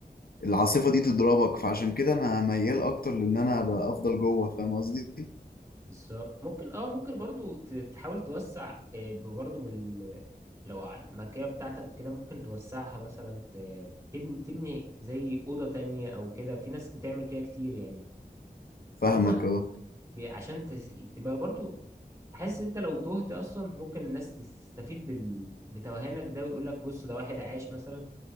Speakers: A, on the left; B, on the right.
A: العاصفة دي تضربك فعشان كده انا ميال اكتر لان انا ابقى افضل جوه فاهم قصدي؟
B: بالظبط ممكن اه ممكن برضو ت- تحاول توسع آه، برضو من ال- لو على المكيه بتاعتك كده ممكن توسعها مثلا ت- تبني تبني زي اوضه تانية او كده في ناس بتعمل كده كتير يعني
A: فاهمك
B: اظن
A: اه
B: بي- عشان تس... تبقى برضو حاسس انت لو تهت اصلا ممكن الناس تستفيد بال... بتوهانك ده ويقول لك بص ده واحد عاش مثلا